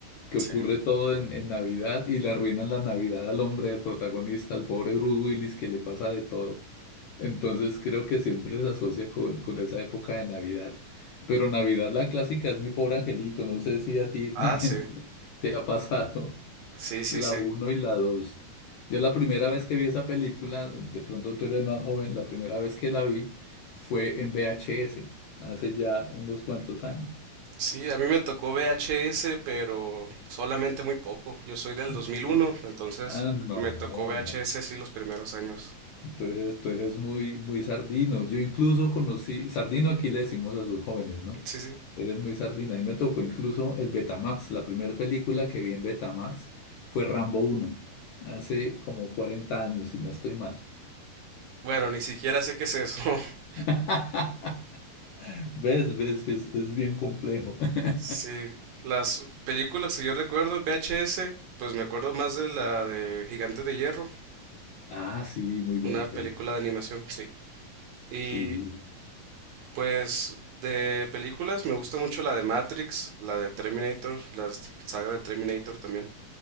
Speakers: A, on the left; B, on the right.
A: que
B: Sí.
A: ocurre todo en, en Navidad y le arruinan la Navidad al hombre, al protagonista, al pobre Bruce Willis, que le pasa de todo. Entonces creo que siempre se asocia con, con esa época de Navidad. Pero Navidad la clásica es Mi Pobre Angelito. No sé si a ti
B: Ah,
A: <laughs> también
B: sí.
A: te, te ha pasado
B: Sí, sí,
A: la
B: sí.
A: uno y la 2. Yo la primera vez que vi esa película, de pronto tú eres más joven, la primera vez que la vi fue en VHS, hace ya unos cuantos años.
B: Sí, a mí me tocó VHS, pero solamente muy poco. Yo soy del 2001,
A: Sí.
B: entonces
A: Ah, no,
B: me tocó VHS
A: no.
B: sí los primeros años.
A: Tú eres, tú eres muy, muy sardino. Yo incluso conocí, sardino aquí le decimos a los jóvenes, ¿no?
B: Sí, sí.
A: Eres muy sardina. Y me tocó incluso el Betamax. La primera película que vi en Betamax fue Rambo uno hace como 40 años, si no estoy mal.
B: Bueno, ni siquiera sé qué es eso. <laughs>
A: <laughs> ¿Ves? ¿Ves que es, es bien complejo? <laughs>
B: Sí, las películas que yo recuerdo en VHS, pues me acuerdo más de la de Gigantes de Hierro,
A: Ah, sí, muy buena
B: una película
A: película.
B: de animación, sí. Y
A: Sí,
B: pues de películas me gusta mucho la de Matrix, la de Terminator, la saga de Terminator también.